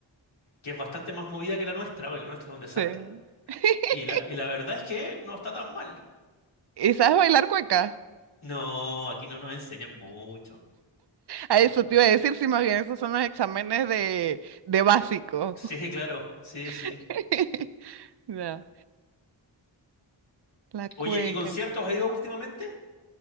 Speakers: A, on the left (about 75°); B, on the right (about 55°).
A: que es bastante más movida que la nuestra, porque la nuestra es un desastre.
B: Sí. <laughs>
A: Y la, y la verdad es que no está tan mal.
B: ¿Y sabes bailar cueca?
A: No, aquí no nos enseñan mucho.
B: A eso
A: No.
B: te iba a decir, si más bien esos son los exámenes de, de básico.
A: Sí, claro, sí, sí.
B: <laughs> Ya, La cueca.
A: Oye, ¿y conciertos has ido últimamente?